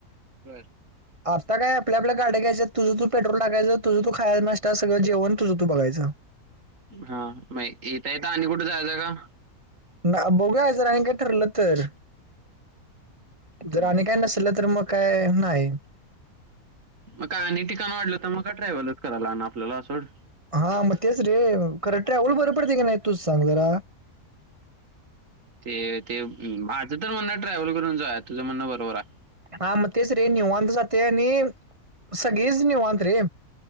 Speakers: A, on the right; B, on the right.
A: बरं.
B: <inaudible> आता काय आपल्या गाड्यायच आहेत तुझ तू पेट्रोल टायच तझ तू खाय नसत सगळं जेण तुझं तू बघाचं.
A: हा माहिती येत आणि कुठे जायचं का.
B: ना बघूया जरा आणि काय ठरलं तर
A: हम्म.
B: जरा काय नस. तुला तर मग काय नाही.
A: मग का आणि ठिकाण वाढलं तर मग का ट्रॅव्हलच करायला आपल्याला सोड.
B: हा मग तेच रे खरं ट्रॅव्हल बर पडते की नाही तूच सांग जरा.
A: ते ते माझं तर म्हणण ट्रॅव्हल करून जो आहे तुझं म्हणणं बरोबर आहे.
B: हा म तेस रे निवांत जात आणि सगीज निवंत र्री.